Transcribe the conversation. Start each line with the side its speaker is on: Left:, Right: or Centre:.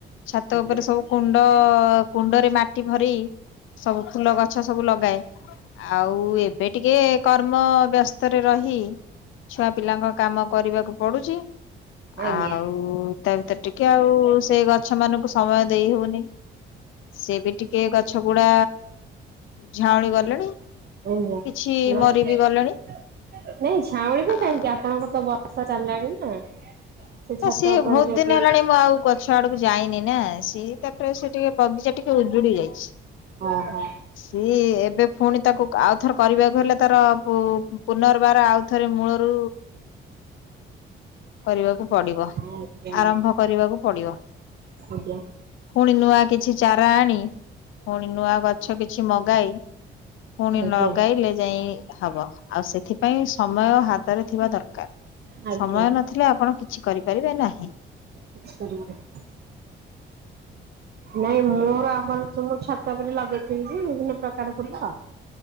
Left: ଛାତ
Right: ଆଜ୍ଞା
Left: ଉପରେ ସବୁ କୁଣ୍ଡ କୁଣ୍ଡରେ ମାଟି ଭରି ସବୁ ଫୁଲ ଗଛ ସବୁ ଲଗାଏ। ଆଉ ଏବେ ଟିକେ କର୍ମ ବ୍ୟସ୍ତରେ ରହି ଛୁଆ ପିଲାଙ୍କ କାମ କରିବାକୁ ପଡୁଛି
Right: ଆଜ୍ଞା
Left: ଆଉ ତା ଭିତରେ ଟିକେ ଆଉ ସେ ଗଛ ମାନଙ୍କୁ ସମୟ ଦେଇ ହଉନି ସେ ବି ଟିକେ ଗଛ ଗୁଡା ଝାଉଳି ଗଲେଣି
Right: ଆଜ୍ଞା
Left: କିଛି
Right: ଆଜ୍ଞା
Left: ମରିବି ଗଲେଣି।
Right: ନାଇଁ ଝାଉଁଳିବେ
Left: ଆଉ
Right: କାହିଁକି ଆପଣଙ୍କର ତ ବର୍ଷା ଚାଲିଲାଣି ନା। ସେ
Left: ତ
Right: ଛାତ
Left: ସିଏ
Right: ଉପରେ
Left: ବହୁତ
Right: ଯଦି
Left: ଦିନ ହେଲାଣି ମୁଁ ଆଉ ଗ ଛ ଆଡକୁ ଯାଇନି ନା ସି ତାପରେ ସେ ଟିକେ ବଗିଚା ଟିକେ ଉଜୁଡି ଯାଇଛି।
Right: ଓ ହୋ‌।
Left: ସିଏ ଏବେ ପୁଣି ତାକୁ ଆଉ ଥର କରିବାକୁ ହେଲେ ତାର ପୁ ପୁନର୍ ତାର ଆଉଥରେ ମୂଳରୁ କରିବାକୁ ପଡିବ
Right: ଆଜ୍ଞା
Left: ଆରମ୍ଭ କରିବାକୁ ପଡିବ
Right: ଆଜ୍ଞା ଆଜ୍ଞା
Left: ପୁଣି ନୂଆ କିଛି ଚାରା ଆଣି ପୁଣି ନୂଆ ଗଛ କିଛି ମଗାଇ ପୁଣି
Right: ଆଜ୍ଞା
Left: ଲଗାଇଲେ ଯାଇ ହବ। ଆଉ ସେଥିପାଇଁ ସମୟ ହାତରେ ଥିବା ଦରକାର
Right: ଆଜ୍ଞା
Left: ସମୟ ନଥିଲେ ଆପଣ କି କରିପାରିବା ନାହିଁ।
Right: କିଛି କରିବୁନି। ନାଇଁ ମୋର ଆମର ତ ମୁଁ ଛାତ ଉପରେ ଲଗେଇଥିଲି ଯେ ବିଭିନ୍ନ ପ୍ରକାର ଫୁଲ